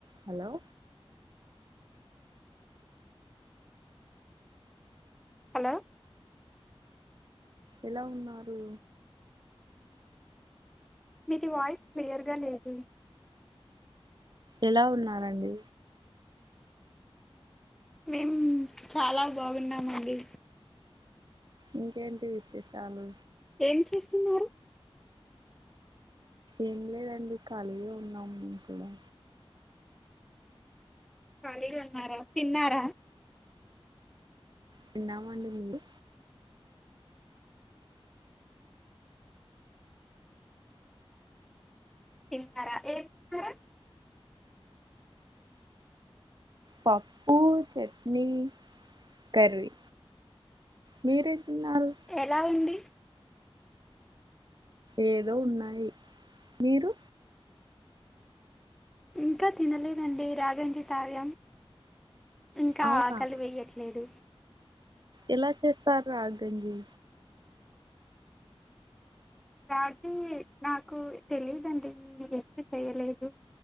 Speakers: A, on the right (about 45°); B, in the centre.
A: hello
B: hello
A: ఎలా ఉన్నారు
B: మీది వాయిస్ క్లియర్గా లేదు
A: ఎలా ఉన్నారండి
B: మేం చాలా బాగున్నామండి
A: ఇంకేంటి విశేషాలు
B: ఏం చేస్తున్నారు
A: ఏం లేదండి కాలిగా ఉన్నాం మేము కూడా
B: కాలిగున్నారా తిన్నారా
A: తిన్నాం అని మీరు
B: తిన్నారా ఎం తిన్నారు
A: పప్పు చట్నీ కర్రీ మీరేం తిన్నారు
B: ఎలా ఉంది
A: ఏదో ఉన్నాయి మీరు
B: ఇంకా తినలేదండి రాగంజి తగం ఇంకా
A: అవునా
B: ఆకలి వెయ్యట్లేదు
A: ఎలా చేస్తారు రాగంజీ
B: రాగంజీ నాకు తెలిదండి ఎప్పు చెయలేదు